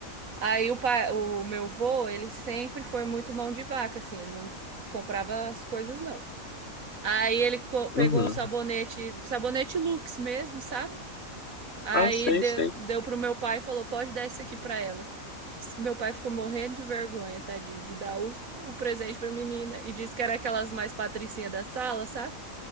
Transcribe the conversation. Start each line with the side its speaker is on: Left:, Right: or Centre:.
Right: aí o pai, o meu vô, ele sempre foi muito mão de vaca, assim, ele não comprava as coisas, não. Aí ele co- pegou
Left: Uhum.
Right: um sabonete, sabonete Lux mesmo, sabe? Aí
Left: Ah, sei,
Right: deu,
Left: sei.
Right: deu pro meu pai e falou: pode dar isso aqui pra ela. Diz que meu pai ficou morrendo de vergonha, tadinho, de dar o, o presente pra menina. E disse que era aquelas mais patricinhas da sala, sabe?